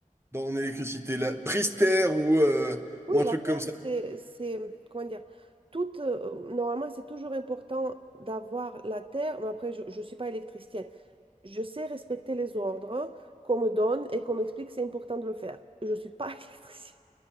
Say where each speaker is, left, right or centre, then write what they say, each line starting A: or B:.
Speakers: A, on the right (about 20°); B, on the right (about 40°).
A: dans l'électricité, la Prister ou, euh,
B: Oui,
A: ou un
B: la
A: truc
B: Terre,
A: comme ça.
B: c'est, c'est, comment dire, toute, euh, normalement, c'est toujours important d'avoir la Terre, mais après, je ne suis pas électricienne. Je sais respecter les ordres qu'on me donne et qu'on m'explique, c'est important de le faire. Je ne suis pas <laughs> électricienne.